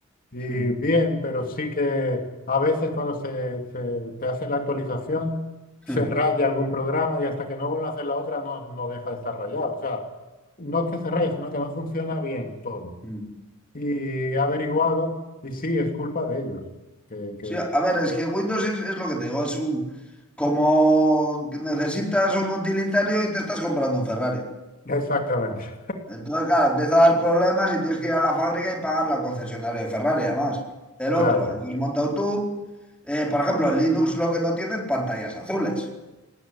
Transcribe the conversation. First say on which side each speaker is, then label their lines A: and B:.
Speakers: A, on the left (about 45°); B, in the centre.
A: y
B: mm,
A: bien, pero sí que a veces cuando se, se- te hace la actualización, se
B: mm,
A: raya algún programa y hasta que no vuelvan a hacer la otra no, no deja de estar rayado. O sea, no es que se raye, sino que no funciona bien todo.
B: mm.
A: Y he averiguado, y sí, es culpa de ellos. Que, que-
B: Sí, a ver, es que Windows es, es lo que te digo, es un... Como que necesitas un utilitario y te estás comprando un Ferrari.
A: exactamente,
B: Entonces, claro, empieza a dar problemas y tienes que ir a la fábrica y pagarle al concesionario de Ferrari, además. El
A: <laughs> claro.
B: otro, lo has montado tú. Eh, por ejemplo, el Linux lo que no tiene es pantallas azules.